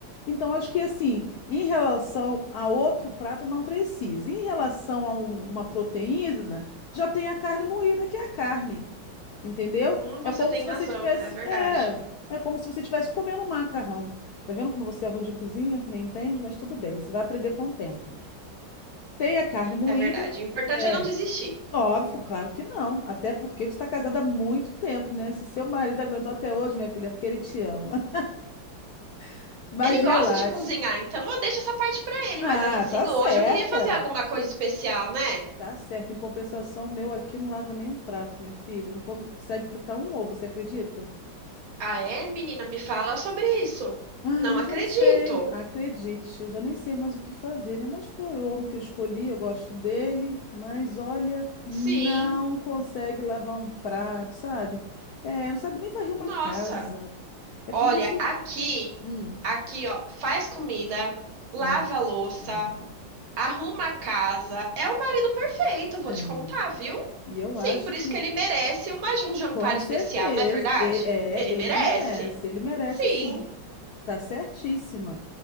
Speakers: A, on the left; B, on the right.
A: Então, acho que assim, em relação a outro prato, não precisa. Em relação a um- uma proteína, já tem a carne moída, que é a carne, entendeu?
B: Hum, você
A: É como
B: tem
A: se você
B: razão,
A: tivesse,
B: é verdade.
A: é, é como se você tivesse comendo um macarrão. Tá vendo como você é ruim de cozinha? Nem entende, mas tudo bem, você vai aprender com o tempo. Tem a carne moída?
B: É verdade. O importante
A: É,
B: é não desistir.
A: óbvio, claro que não. Até porque você está casada há muito tempo, né? Se seu marido aguentou até hoje, minha filha, é porque ele te ama. <laughs> Mas
B: Ele gosta
A: relaxe.
B: de cozinhar, então eu deixo essa parte pra ele,
A: Ah,
B: mas é que assim,
A: tá certa.
B: hoje eu queria fazer alguma coisa especial, né?
A: Tá certa. Em compensação, o meu aqui não lava nem um prato, minha filha. Não consegue fritar um ovo, você acredita?
B: Ah, é, menina, me fala sobre isso.
A: Ah,
B: Não
A: eu
B: acredito.
A: já não sei, acredite, eu já nem sei mais o que fazer, né? Mas foi o homem que eu escolhi, eu gosto dele, mas olha, não
B: Sim.
A: consegue lavar um prato, sabe? É, não sabe nem varrer uma
B: Nossa.
A: casa. É
B: Olha,
A: por isso.
B: aqui,
A: Hum,
B: aqui, ó, faz comida, lava
A: nossa
B: a louça,
A: Senhora.
B: arruma a casa. É o marido perfeito, vou
A: É,
B: te contar, viu?
A: e eu
B: Sim,
A: acho
B: por
A: que,
B: isso que ele merece uma, um jantar
A: com
B: especial,
A: certeza,
B: não é verdade?
A: e- é,
B: Ele
A: ele
B: merece.
A: merece, ele merece
B: Sim.
A: sim, tá certíssima.